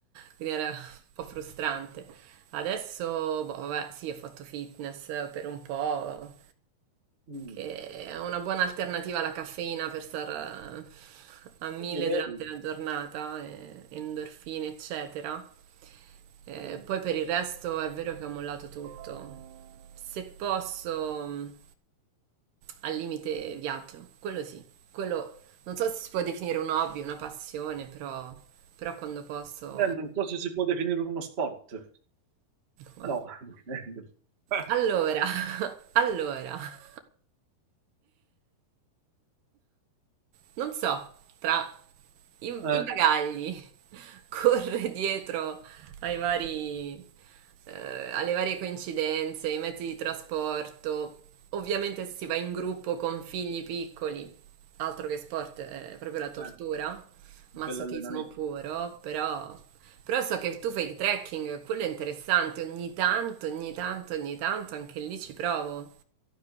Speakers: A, on the right; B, on the right.
A: Quindi era un po' frustrante. Adesso, boh, vabbè, sì, ho fatto fitness per un po'
B: Mm.
A: che è una buona alternativa alla caffeina per stare a mille
B: E direi
A: durante la giornata, eh, endorfine, eccetera. Eh,
B: sì.
A: poi per il resto è vero che ho mollato tutto. Se posso, mh, al limite viaggio, quello sì, quello non so se si può definire un hobby, una passione, però, però quando posso...
B: Beh, non so se si può definire uno sport,
A: No.
B: però <laughs>
A: Allora, <laughs> allora. Non so, tra i,
B: eh,
A: i bagagli, <laughs> corre dietro ai vari, eh, alle varie coincidenze, ai mezzi di trasporto. Ovviamente se si va in gruppo con figli piccoli, altro che sport, è proprio la tortura,
B: eh, bello
A: masochismo
B: allenamento.
A: puro, però, però so che tu fai trekking, quello è interessante, ogni tanto, ogni tanto, ogni tanto, anche lì ci provo.